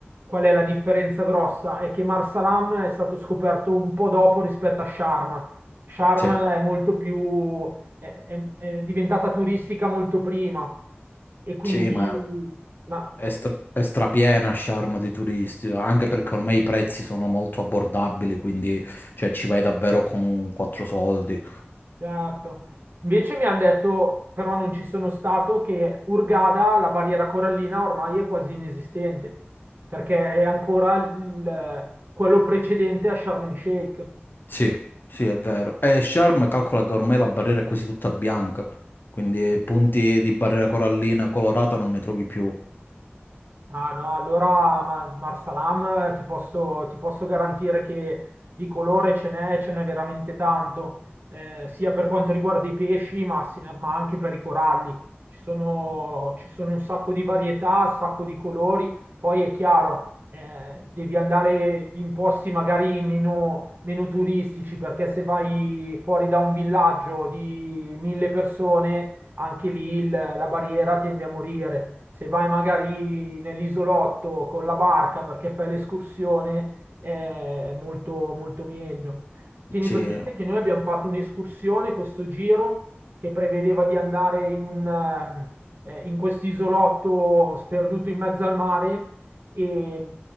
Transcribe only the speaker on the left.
Sì,
sì, ma
è, stra- è strapiena Sharm di turisti, anche perché ormai i prezzi sono molto abbordabili, quindi cioè, ci vai davvero con quattro soldi.
Sì, sì, è vero. E Sharm calcola che ormai la barriera è quasi tutta bianca, quindi punti di barriera corallina colorata non ne trovi più.
Sì,